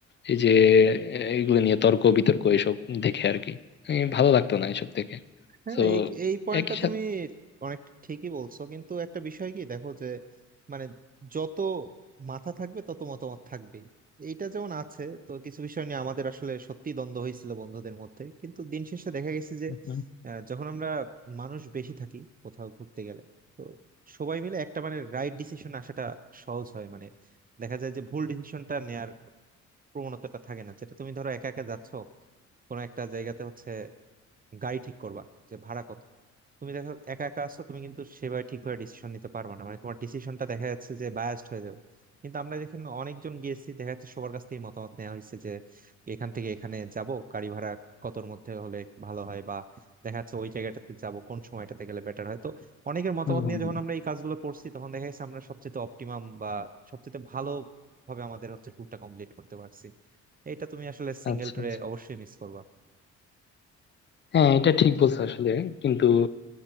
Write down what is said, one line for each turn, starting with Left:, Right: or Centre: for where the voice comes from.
Left: এই যে এগুলো নিয়ে তর্ক বিতর্ক এইসব দেখে আর কি এই ভালো লাগতো না এসব থেকে
Right: হ্যাঁ
Left: তো
Right: এই এই পয়েন্টটা
Left: একই
Right: তুমি
Left: সাথে
Right: অনেক ঠিকই বলছো কিন্তু একটা বিষয় কি দেখো যে মানে যত মাথা থাকবে তত মতামত থাকবেই এইটা যেমন আছে তো কিছু বিষয় নিয়ে আমাদের আসলে সত্যি দ্বন্দ্ব হয়েছিল বন্ধুদের মধ্যে কিন্তু দিন শেষে দেখা গেছে যে
Left: হুম।
Right: আহ, যখন আমরা মানুষ বেশি থাকি কোথাও ঘুরতে গেলে তো সবাই মিলে একটা মানে রাইট ডিসিশন আসাটা সহজ হয় মানে দেখা যায় যে ভুল ডিসিশনটা নেয়ার প্রবণতাটা থাকে না যেটা তুমি ধরো একা একা যাচ্ছ কোনো একটা জায়গাতে হচ্ছে গাড়ি ঠিক করবা যে ভাড়া কত তুমি দেখো একা একা আছো তুমি কিন্তু সেভাবে ঠিকভাবে ডিসিশন নিতে পারবে না মানে তোমার ডিসিশনটা দেখা যাচ্ছে যে বায়াসড হয়ে যাবে কিন্তু আমরা যেখানে অনেকজন গিয়েছি দেখা যাচ্ছে সবার কাছ থেকে মতামত নেওয়া হয়েছে যে এখান থেকে এখানে যাব গাড়ি ভাড়া কতর মধ্যে হলে ভালো হয় বা দেখা যাচ্ছে ওই জায়গাটাতে যাব কোন সময়টাতে গেলে বেটার হয় তো অনেকের মতামত
Left: হম হম
Right: নিয়ে যখন
Left: হম।
Right: আমরা এই কাজগুলো করছি তখন দেখা যাচ্ছে আমরা সবচেয়ে অপটিমাম বা সবচেয়ে ভালো ভাবে আমাদের হচ্ছে ট্যুরটা কমপ্লিট করতে পারছি এটা তুমি আসলে সিঙ্গেল
Left: আচ্ছা
Right: ট্যুরে
Left: আচ্ছা
Right: অবশ্যই মিস করবা
Left: হ্যাঁ এটা ঠিক বলছো আসলে কিন্তু